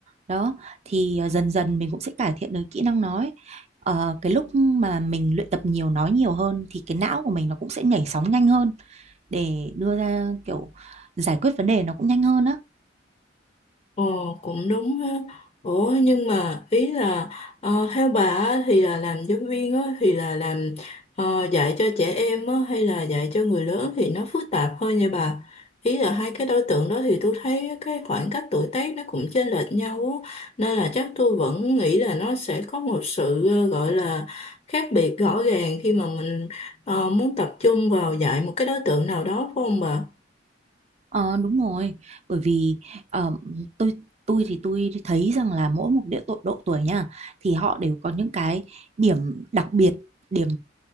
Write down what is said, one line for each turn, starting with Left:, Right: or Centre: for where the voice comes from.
Right: đó thì ờ, dần dần mình cũng sẽ cải thiện được kỹ năng nói Ờ, cái lúc mà mình luyện tập nhiều nói nhiều hơn thì cái não của mình nó cũng sẽ nhảy sóng nhanh hơn để đưa ra kiểu giải quyết vấn đề nó cũng nhanh hơn á
Left: Ồ cũng đúng ha. Ủa nhưng mà ý là ờ, theo bà á, thì là làm giáo viên á, thì là làm ờ, dạy cho trẻ em á, hay là dạy cho người lớn thì nó phức tạp hơn nha bà. Ý là hai cái đối tượng đó thì tôi thấy cái khoảng cách tuổi tác nó cũng chênh lệch nhau á. Nên là chắc tôi vẫn nghĩ là nó sẽ có một sự ờ, gọi là khác biệt rõ ràng khi mà mình ờ, muốn tập trung vào dạy một cái đối tượng nào đó phải không bà?
Right: ờ, đúng rồi bởi vì ờ, tôi tôi thì tôi thấy rằng là mỗi một địa độ, độ tuổi nha thì họ đều có những cái điểm đặc biệt điểm